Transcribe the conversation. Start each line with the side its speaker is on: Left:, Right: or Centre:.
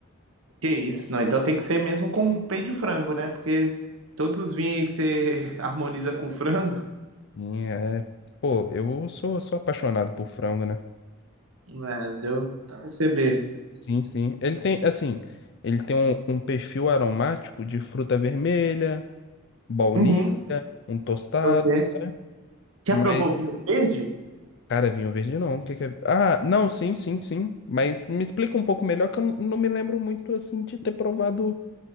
Right: Que isso, não. Então tem que ser mesmo com peito de frango, né? Porque todos os vinhos aí que você <laughs> harmoniza com frango,
Left: E é, pô, eu sou, sou apaixonado por frango, né?
Right: né? Deu pra perceber.
Left: Sim, sim. Ele tem, assim, ele tem um, um perfil aromático de fruta vermelha, baunilha,
Right: Uhum.
Left: um tostado,
Right: Ok.
Left: sabe?
Right: Você
Left: Mas,
Right: aprovou vinho verde?
Left: cara, vinho verde não. O que que é? Ah, não, sim, sim, sim. Mas me explica um pouco melhor que eu n- não me lembro muito, assim, de ter provado